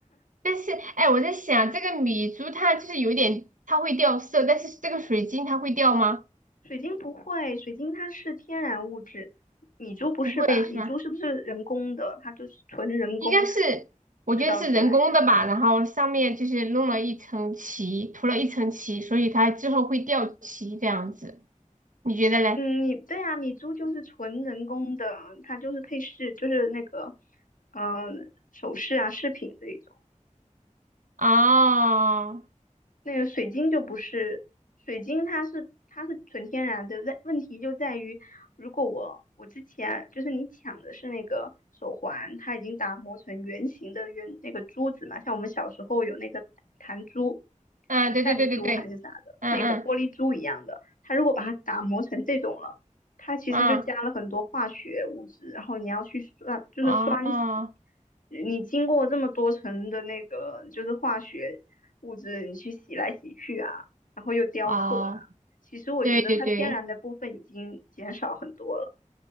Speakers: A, on the right; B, on the left.
A: 但是哎，我在想这个米珠它就是有点它会掉色，但是这个水晶它会掉吗？
B: 水晶不会，水晶它是天然物质，米珠不是吧？
A: 不会是吧？
B: 米珠是不是人工的？它就是纯人工
A: 应该是，我觉得是人工的吧，
B: 制造出来的。
A: 然后上面就是弄了一层漆，涂了一层漆，所以它之后会掉漆这样子，你觉得嘞？
B: 嗯，你对啊，米珠就是纯人工的，它就是配饰，就是那个嗯、呃首饰啊饰品这一种。
A: 哦，
B: 那个水晶就不是，水晶它是它是纯天然的，问问题就在于，如果我我之前就是你抢的是那个手环，它已经打磨成圆形的圆那个珠子嘛，像我们小时候有那个弹珠、
A: 嗯，对对对对对，
B: 弹珠还是啥的，
A: 嗯嗯
B: 那个玻璃珠一样的，它如果把它打磨成这种了，它其实就加了很多化学物质，
A: 嗯，
B: 然后你要去酸，就是酸洗。
A: 哦
B: 你经过这么多层的那个就是化学物质，你去洗来洗去啊，然后又雕刻啊，
A: 哦，
B: 其实我觉得它天然的部分已经减少很多了。
A: 对对对，